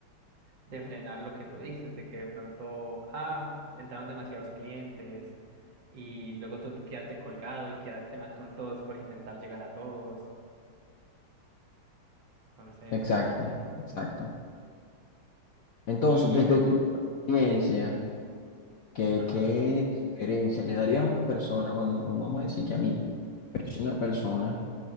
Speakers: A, on the right (about 60°); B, on the left (about 60°).
A: de frenar lo que tú dices, de que de pronto, ah, entraron demasiados clientes y luego tú quedaste colgado y quedaste mal con todos por intentar llegar a todos. Entonces,
B: exacto,
A: no, sé
B: exacto. Entonces,
A: Y
B: desde tu experiencia,
A: sí, sí.
B: ¿Qué,
A: Ajá.
B: qué sugerencia le darías a una persona, bueno, no, vamos a decir que a mí, pero si una persona,